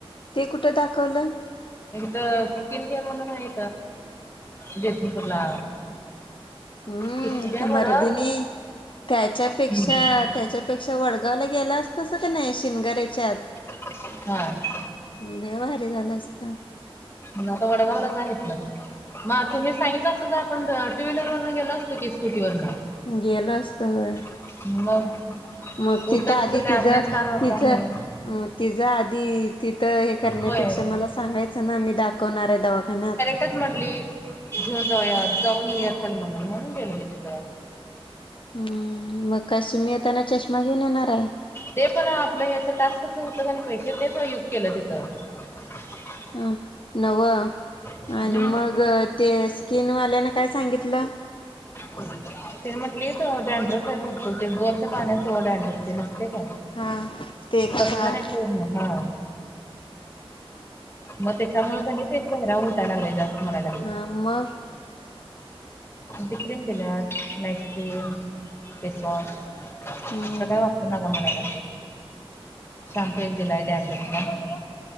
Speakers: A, on the left; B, on the left.
A: ते कुठं दाखवलं?
B: तर स्किन केअर म्हणून आहे जयसिंगपूरला
A: हम्म
B: किती द्या
A: ते
B: बरं
A: मरदी नि त्याच्यापेक्षा
B: हा
A: त्याच्यापेक्षा वडगावला गेला असतासा का नाही, शिनगाऱ्याच्यात
B: हा.
A: लय भारी झालं असत.
B: म आता वडगावला जा हिथन. मग तुम्ही सांगितलं असत तर, आपण टू व्हीलरवरन गेलो असतो की, स्कूटीवरन
A: गेलो असतो व्हय.
B: मग.
A: मग तिथं
B: उठताच
A: आधी
B: काय
A: तिज
B: आपण स्टार वापरा
A: तिचं.
B: म्हणून
A: अ तिझ आधी तिथं हे करण्यापेक्षा
B: होय
A: मला सांगायचं ना आ मी दाखवणार हाय दवाखान्यात
B: च म्हटली घेऊन जाऊयात जाऊन येऊयात चल म्हणून, म्हणून गेलं मी तिथ
A: हम्म मग का सुमी येताना चष्मा घेऊन येणार आहे?
B: ते पण आपलं ह्याच टास्कच होतं का नाही पैसे तेच युज केलं तिथं. <unintelligible> <inaudible>
A: अ नव आणि
B: तिथं
A: मग ते स्किनवाल्यान काय सांगितलं?
B: हो तने म्हटली डँड्रफ आहे भरपूर ते बोरच्या पाण्याचं डँड्रफ नसतय काय
A: हा ते क्षार.
B: तसलं आहे पूर्ण हा मग त्याच्यामुळे क नाही ते चेहेऱ्यावर उठायला लागलय जास्त म्हणायला लागले.
A: हा मग
B: ती क्रीम दिल्यात नाईट क्रीम, फेसवाॅश तसल
A: हम्म
B: काही वापरू नका म्हणाय लागले शॅम्पू एक दिलाय डँड्रफ